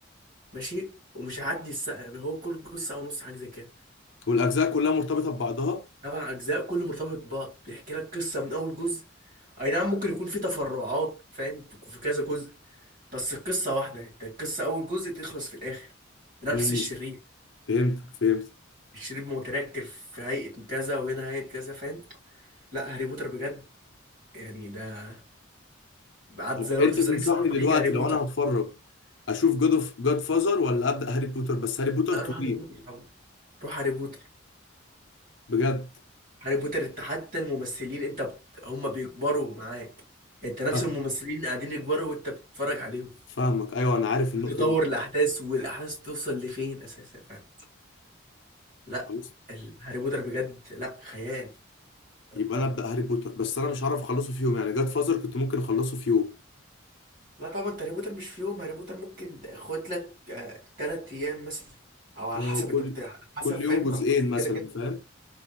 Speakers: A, on the right; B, on the left.
A: ماشي ومش هيعدي الساعة يعني هو كل جزء ساعة ونص حاجة زي كده
B: والاجزاء كلها مرتبطه ببعضها
A: سبع أجزاء كله مرتبط ببعض بيحكي لك قصة من أول جزء أي نعم ممكن يكون في تفرعات فاهم في في كذا جزء بس القصة واحدة انت القصة أول جزء تخلص في الآخر نفس
B: امم
A: الشرير
B: فهمتك فهمت
A: الشرير متنكر في هيئة كذا وهنا هيئة كذا فاهم لا هاري بوتر بجد يعني ده بعد
B: طب
A: ذا لورد
B: انت
A: اوف
B: تنصحني
A: ذا رينجز على طول
B: دلوقتي
A: يجي هاري بوتر
B: لو انا هتفرج اشوف جود اوف جاد فازر ولا ابدا هاري بوتر بس هاري بوتر
A: لا،
B: طويل
A: روح هاري بوتر طبعا روح هاري بوتر
B: بجد
A: هاري بوتر انت حتى الممثلين انت بت... هم بيكبروا معاك انت نفس
B: فاهم
A: الممثلين قاعدين يكبروا وانت بتتفرج عليهم
B: فاهمك ايوه انا عارف النقطه
A: تطور
B: دي
A: الأحداث والأحداث توصل لفين أساسا فاهم لا
B: خلاص
A: ال- هاري بوتر بجد لا خيال
B: يبقى انا
A: يعني
B: ابدا هاري بوتر بس انا مش هعرف اخلصه في يوم يعني جاد فازر كنت ممكن اخلصه في يوم
A: لا طبعا انت هاري بوتر مش في يوم هاري بوتر ممكن خد لك آه تلات ايام مثلا او على
B: اه
A: حسب انت
B: كل
A: بتاع على حسب
B: كل
A: فاهم
B: يوم جزئين
A: على حسب فرجتك
B: مثلا
A: انت
B: فاهم